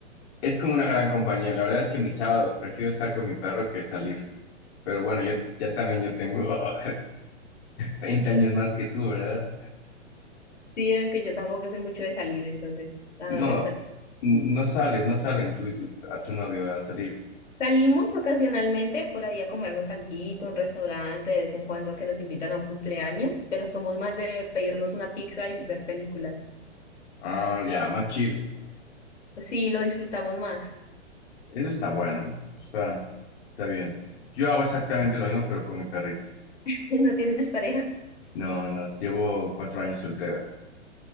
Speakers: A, on the left (about 55°); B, on the left (about 75°).
A: es como una gran compañía. La verdad es que mis sábados prefiero estar con mi perro que salir. Pero bueno, yo ya también yo tengo <laughs> veinte años más que tú, ¿verdad?
B: Sí, aunque yo tampoco soy mucho de salir, entonces adoro
A: No,
B: estar.
A: n- no sales, no salen tú y tu, a tu novio a salir.
B: Salimos ocasionalmente por ahí a comernos alguito, un restaurante, de vez en cuando que nos invitan a un cumpleaños, pero somos más de pedirnos una pizza y ver películas.
A: Ah, ya, más chill.
B: Pues Sí, lo disfrutamos más.
A: Eso está bueno, está, está bien. Yo hago exactamente lo mismo, pero con mi perrito.
B: <laughs> ¿Y ¿No tienes pareja?
A: No, no, llevo cuatro años soltero.